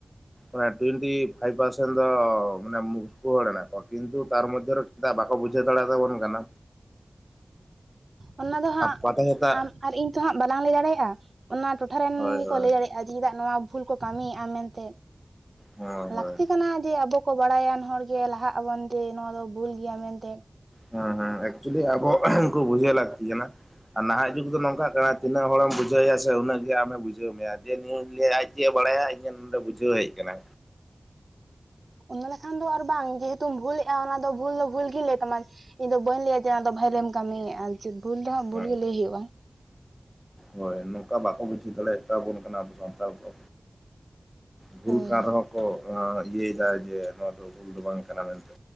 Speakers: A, in the centre; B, on the right.
A: ᱚᱱᱮ ᱴᱩᱭᱮᱱᱴᱤ ᱯᱷᱟᱭᱤᱵᱷ ᱯᱟᱨᱥᱮᱱᱴ ᱫᱚ ᱢᱟᱱᱮ ᱢᱩ ᱠᱩ ᱦᱚᱲ ᱢᱮᱱᱟᱜ ᱠᱚᱣᱟ ᱠᱤᱱᱛᱩ ᱛᱟᱨ ᱢᱚᱫᱫᱷᱮ ᱨᱮᱜᱮ ᱵᱟᱠᱚ ᱵᱩᱡᱷᱟᱹᱣ ᱫᱟᱲᱟᱭᱟ ᱛᱟᱵᱚᱱ ᱠᱟᱱᱟ,
B: ᱚᱱᱟ ᱫᱚ ᱦᱟᱸᱜ
A: ᱟᱨ ᱯᱟᱛᱟ ᱪᱷᱟᱛᱟ
B: ᱟᱢ ᱟᱨ ᱤᱧ ᱛᱚ ᱦᱟᱸᱜ ᱵᱟᱞᱟᱝ ᱞᱟᱹᱭ ᱫᱟᱲᱮᱭᱟᱜᱼᱟ᱾ ᱚᱱᱟ ᱴᱚᱴᱷᱟ ᱨᱮᱱ
A: ᱦᱳᱭ
B: ᱜᱮᱠᱚ
A: ᱦᱳᱭ
B: ᱞᱟᱹᱭ ᱫᱟᱲᱮᱭᱟᱜᱼᱟ ᱡᱮ ᱪᱮᱫᱟᱜ ᱱᱚᱣᱟ ᱵᱷᱩᱞ ᱠᱚ ᱠᱟᱹᱢᱤᱭᱮᱫᱼᱟ ᱢᱮᱱᱛᱮ,
A: ᱦᱳᱭ
B: ᱞᱟᱹᱠᱛᱤ
A: ᱦᱳᱭ
B: ᱠᱟᱱᱟ ᱡᱮ ᱟᱵᱚ ᱠᱚ ᱵᱟᱲᱟᱭᱟᱱ ᱦᱚᱲᱜᱮ ᱞᱟᱦᱟᱜ ᱟᱵᱚᱱ ᱡᱮ ᱱᱚᱣᱟ ᱫᱚ ᱵᱷᱩᱞ ᱜᱮᱭᱟ ᱢᱮᱱᱛᱮ᱾
A: ᱦᱮᱸ ᱦᱮᱸ ᱮᱠᱪᱩᱭᱮᱞᱤ ᱟᱵᱚ ᱠᱩ ᱵᱩᱡᱷᱟᱹᱣ ᱞᱟᱜᱛᱤ ᱠᱟᱱᱟ᱾ ᱟᱨ ᱱᱟᱦᱟᱜ ᱡᱩᱜᱽ ᱫᱚ ᱱᱚᱝᱠᱟᱜ ᱠᱟᱱᱟ ᱛᱤᱱᱟᱹᱜ ᱦᱚᱲᱮᱢ ᱵᱩᱡᱷᱟᱹᱣ ᱮᱭᱟ ᱥᱮ ᱩᱱᱟᱹᱜ ᱜᱮ ᱟᱢᱮ ᱵᱩᱡᱷᱟᱹᱣ ᱢᱮᱭᱟ ᱡᱮ ᱟᱡ ᱪᱮᱫ ᱵᱟᱲᱟᱭᱟ ᱤᱧᱟᱹᱜ ᱱᱚᱰᱮ ᱵᱩᱡᱷᱟᱹᱣ ᱦᱮᱡ ᱟᱠᱟᱱᱟ᱾
B: ᱚᱱᱟ ᱞᱮᱠᱷᱟᱱ ᱫᱚ ᱟᱨ ᱵᱟᱝ ᱡᱮᱦᱮᱛᱩᱢ ᱵᱷᱩᱞ ᱮᱜᱼᱟ ᱚᱱᱟ ᱫᱚ ᱵᱷᱩᱞ ᱫᱚ ᱵᱷᱩᱞ ᱜᱮ ᱞᱟᱹᱭ ᱛᱟᱢᱟ᱾ ᱤᱧ ᱫᱚ ᱵᱟᱹᱧ ᱞᱟᱹᱭᱟ ᱡᱮ ᱚᱱᱟᱫᱚ ᱵᱷᱟᱞᱮᱢ ᱠᱟᱹᱢᱤᱭᱮᱫᱼᱟ ᱵᱷᱩᱞ ᱫᱚ ᱦᱟᱸᱜ ᱵᱷᱩᱞ
A: ᱦᱮᱸ
B: ᱜᱮ ᱞᱟᱹᱭ ᱦᱩᱭᱩᱜᱼᱟ᱾
A: ᱦᱳᱭ ᱱᱚᱝᱠᱟ ᱵᱟᱠᱚ ᱵᱩᱡᱷᱟᱹᱣ ᱫᱟᱲᱮᱭᱟᱜ ᱛᱟᱵᱚᱱ ᱠᱟᱱᱟ ᱟᱵᱚ ᱥᱟᱱᱛᱟᱲ ᱠᱚ᱾ ᱵᱷᱩᱞ
B: ᱦᱳᱭ
A: ᱠᱟᱱ
B: ᱦᱳᱭ
A: ᱨᱮᱦᱚᱸ ᱠᱚ ᱤᱭᱟᱹᱭᱮᱫᱟ ᱡᱮ ᱱᱚᱣᱟ ᱫᱚ ᱵᱷᱩᱞ ᱫᱚ ᱵᱟᱝ ᱠᱟᱱᱟ ᱢᱮᱱᱛᱮ᱾